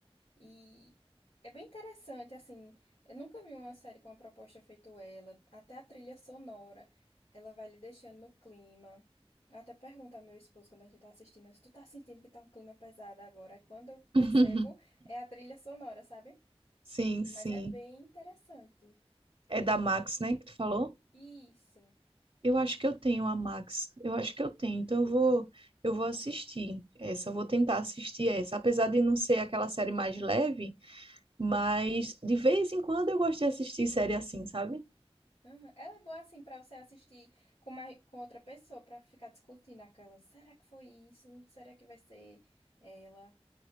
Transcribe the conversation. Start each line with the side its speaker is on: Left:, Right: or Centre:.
Left: E é bem interessante, assim. Eu nunca vi uma série com uma proposta feito ela. Até a trilha sonora, ela vai lhe deixando no clima. Eu até pergunto ao meu esposo quando a gente tá assistindo, se tu tá sentindo que tá um clima pesado agora. Aí Quando eu percebo,
Right: <laughs>
Left: é a trilha sonora, sabe?
Right: Sim, sim.
Left: Mas é bem interessante.
Right: É
Left: Depois-
Right: da Max, né, que tu falou?
Left: Isso.
Right: Eu acho que eu tenho a Max. Eu acho que eu tenho. Então eu vou, eu vou assistir essa. Eu vou tentar assistir essa. Apesar de não ser aquela série mais leve, mas de vez em quando eu gosto de assistir série assim, sabe?
Left: Uhum. Ela é boa assim pra você assistir com, mais, com outra pessoa pra ficar discutindo aquela. Será que foi isso? Será que vai ser ela?